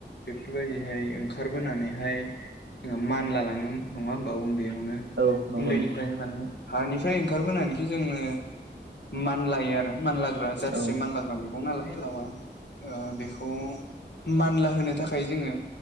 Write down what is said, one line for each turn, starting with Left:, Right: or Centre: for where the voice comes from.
Left: बेफोरबायदिहाय ओंखारबोनानैहाय जोंहा मानला लाङो नङा होमबा उन्दैयावनो
Right: औ नंगौ
Left: उन्दैनिफ्रायनो
Right: नंगौ
Left: माने हानिफ्राय ओंखारबोनानैखि जोंनो मानलायो आरो मानलाग्रा जाथिसे
Right: औ
Left: मानलाग्रा मैग गं नालाय लावआ। ओ बेखौ मानला होनो थाखाय जोङो